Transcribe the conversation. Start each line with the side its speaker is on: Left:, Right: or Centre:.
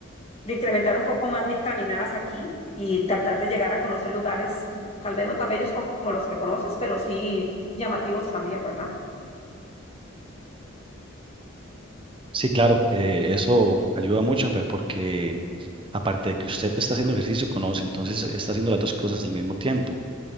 Left: de incrementar un poco más mis caminadas aquí y tratar de llegar a conocer lugares, tal vez no tan bellos como los que conoces, pero sí llamativos también, ¿verdad?
Right: Sí, claro, eh, eso ayuda mucho pe- porque aparte de que usted está haciendo ejercicio, conoce, entonces está haciendo las dos cosas al mismo tiempo.